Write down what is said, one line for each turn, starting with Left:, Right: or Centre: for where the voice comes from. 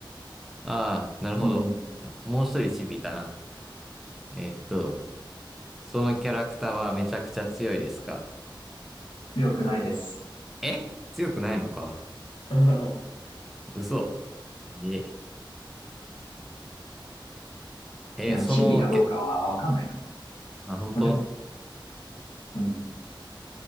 Centre: ああ、なるほど。
Left: うん。
Centre: もう一人チビいたな。えーっと、そのキャラクターはめちゃくちゃ強いですか
Left: 強くないです。
Centre: え強くないのか
Left: <laughs>
Centre: 嘘。え、え、
Left: いや、
Centre: そのけ、
Left: チビかどうかはわかんないな。ま
Centre: あ、本当
Left: あ、でも、うん。